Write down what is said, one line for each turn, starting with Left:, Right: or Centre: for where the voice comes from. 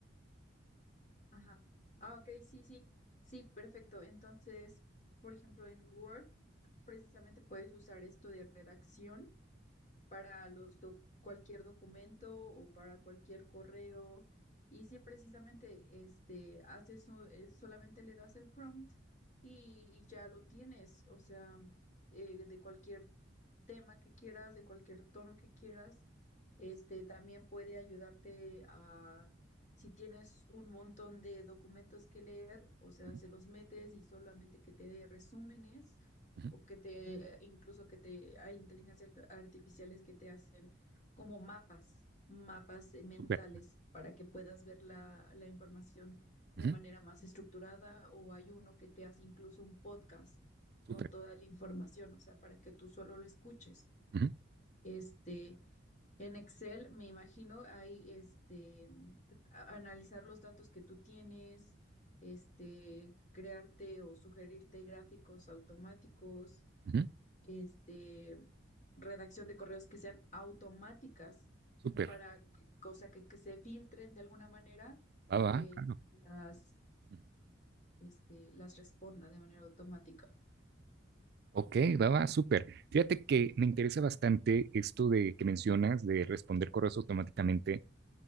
Left: Ajá. Ah, ok, sí, sí. Sí, perfecto. Entonces, por ejemplo, en Word precisamente puedes usar esto de redacción. para los doc- cualquier documento o para cualquier correo. Y si precisamente este, haces, o- eh, solamente le das el prompt y, y ya lo tienes, o sea, eh, de cualquier tema que quieras, de cualquier tono que quieras. Este también puede ayudarte a, si tienes un montón de documentos que leer, o sea,
Right: Uh
Left: se los metes y solamente que te dé resúmenes
Right: -huh.
Left: o que te, incluso que te, hay inteligencias art- artificiales que te hacen como mapas, mapas eh, mentales
Right: Súper,
Left: para que puedas ver la, la información de
Right: uh -huh.
Left: manera más estructurada o hay uno que te hace incluso un podcast
Right: súper,
Left: con toda la información, o sea, para que tú solo lo escuches.
Right: uh
Left: Este, en Excel, me imagino, hay este, a- analizar los datos que tú tienes, este, crearte o sugerirte gráficos automáticos,
Right: -huh.
Left: este, redacción de correos que sean automáticas
Right: súper,
Left: para que, cosa que, que se filtren de alguna manera y
Right: va, va,
Left: que
Right: claro.
Left: las,
Right: Uh-huh.
Left: este, las responda de manera automática.
Right: Ok, va, va, súper. Fíjate que me interesa bastante esto de que mencionas de responder correos automáticamente,